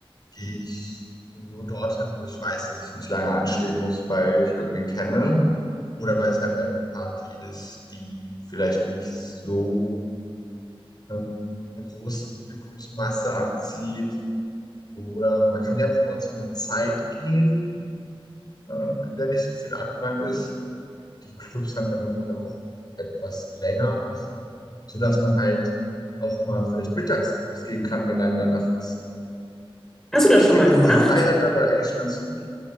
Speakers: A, on the left; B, in the centre.
A: gehe ich nur dorthin, wo ich weiß, dass ich nicht lange anstehen muss, weil ich irgendwen kenne oder weil es halt eine Party ist, die vielleicht nicht so ähm, eine große Publikumsmasse anzieht. Oder man kann ja auch immer zu einer Zeit gehen, ähm, in der nicht so viel Andrang ist. Die Clubs haben ja dort alle auch etwas länger offen, sodass man halt auch mal vielleicht mittags losgehen kann, wenn einem danach ist.
B: Hast du das
A: Ich
B: schon
A: finde
B: mal gemacht?
A: die Freiheit dabei eigentlich ganz gut.